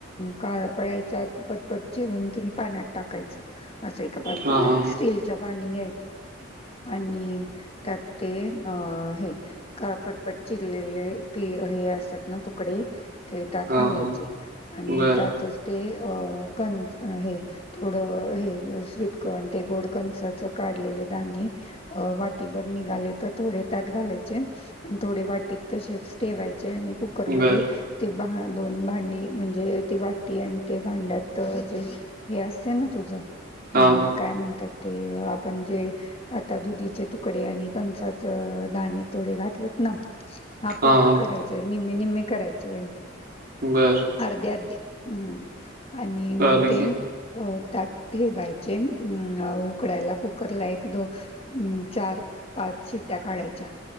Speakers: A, on the left; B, on the right.
A: काळ पडायचा पटपट चिरून कि नाही पाण्यातत टाकायचं असय का पाात
B: हा हा
A: स्टीलच्या बानींग आणि त्या ते अ हे का पटपट चिरलेले प हे असतात ना तुकडे ते त्यात
B: हा
A: घालायचे
B: हा
A: आणि
B: बर
A: त्यातच ते कन हे थोडं हे स्वीटकण ते गोडकंचाच काढलेले दणे अ वाटीभर निघाले तर थोडे त्यात घालायचे आणि थोडे वाटीत तसेच ठेवाय चे आनी कुकर मध्ये
B: बर
A: दोन भांडी म्हणजे ती वाटी आणि ते भांड्यात जे हे असते ना तुझं. हम्म
B: हा हा
A: काय म्हणतात ते आपण जे आता दुधीचे तुकडे आणि.. कंसाचे दाणे थोडे घेतलेत न हाप हाप
B: हा
A: करायचे. निम्मे निम्मे करायचे
B: बर
A: अर्धे अर्धी हम्म.. आणि मग
B: कळालं
A: ते
B: की
A: अ.. त्यात ठेवायचे अ उकडायला कुकरला एक दो चार पाच... शिट्या काढायच्या,